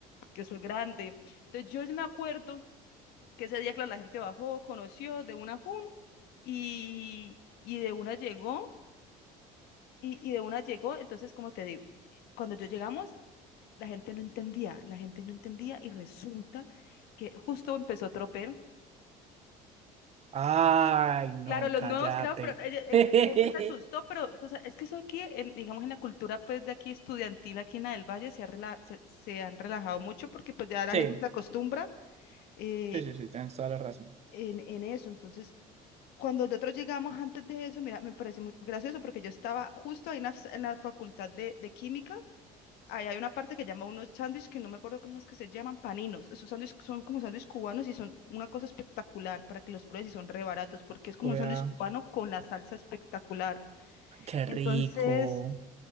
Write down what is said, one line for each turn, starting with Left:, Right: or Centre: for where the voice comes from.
Left: que soy grande. Entonces, yo sí me acuerdo que ese día, claro, la gente bajó, conoció de una fun y, y de una llegó, y, y de una llegó, entonces, como te digo, cuando yo llegamos, la gente no entendía, la gente no entendía y resulta que justo empezó Tropel.
Right: Ay, no,
Left: Claro, los
Right: cállate.
Left: nuevos, claro, pero eh, eh, eh,
Right: <laughs>
Left: la gente se asustó, pero o sea, es que eso aquí, en- digamos, en la cultura pues de aquí estudiantil, aquí en la del Valle, se, ha rela- se, se han relajado mucho porque pues ya la
Right: Sí,
Left: gente se acostumbra eh,
Right: sí, sí, sí, tienes toda la razón.
Left: en, en eso. Entonces, cuando nosotros llegamos antes de eso, mira, me pareció muy gracioso porque yo estaba justo ahí en la, en la facultad de, de química ahí hay una parte que llama unos sándwiches que no me acuerdo cómo es que se llaman, paninos. Esos sándwiches son como sándwiches cubanos y son una cosa espectacular para que los pruebes y son re baratos porque es como
Right: Voy
Left: un sándwich
Right: a...
Left: cubano con la salsa espectacular.
Right: Qué
Left: Entonces,
Right: rico.